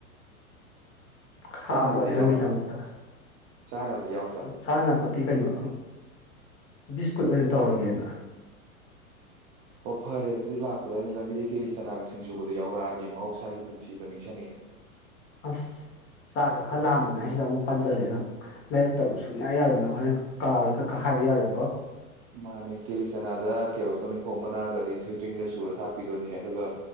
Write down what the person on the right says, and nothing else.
ꯆꯥꯅꯕꯗꯤ
ꯌꯥꯎꯗ꯭ꯔꯥ ꯆꯥꯅꯕꯗꯤ ꯌꯥꯎꯗ꯭ꯔꯥ
ꯑꯣ ꯐꯔꯦ ꯑꯗꯨꯗꯥ ꯂꯥ ꯗ ꯑꯩꯅ ꯂꯝꯕꯤꯗ ꯀꯦꯂꯤ ꯆꯅꯥꯒ ꯁꯤꯡꯖꯨꯕꯗ ꯌꯥꯎꯔꯛꯑꯒꯦ ꯃꯍꯧꯁꯥꯒꯤ ꯄꯨꯟꯁꯤꯗꯣ ꯅꯤꯡꯁꯤꯡꯉꯑꯦ
ꯃꯥꯅꯦ ꯀꯦꯂꯤꯆꯅꯥꯗ ꯀꯦꯕꯇꯣ ꯏꯈꯣꯛ ꯃꯅꯥꯒ ꯑꯩ ꯊꯣꯏꯗ꯭ꯔꯤꯡꯒ ꯁꯨꯔ ꯊꯥꯛꯄꯤꯗꯣꯏꯅꯦ ꯑꯗꯨꯒ